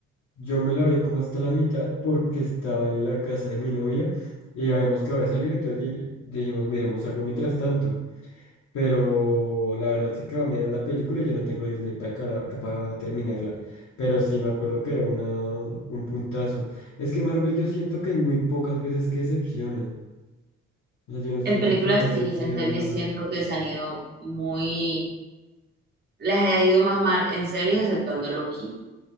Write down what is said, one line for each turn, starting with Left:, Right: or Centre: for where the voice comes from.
Left: Yo me la vi como hasta la mitad porque estaba en la casa de mi novia y habíamos acabado de salir, entonces di- dijimos, miremos algo mientras tanto. Pero la verdad se quedó a medias la película y yo no tengo Disney para, cara- ca- para terminarla. Pero sí me acuerdo que era una, un puntazo. Es que Marvel yo siento que hay muy pocas veces que decepciona. O sea, yo no siento
Right: En películas
Left: que Marvel
Right: sí,
Left: sea...
Right: en series siento que se han ido muy, les ha ido más mal en series exceptuando Loki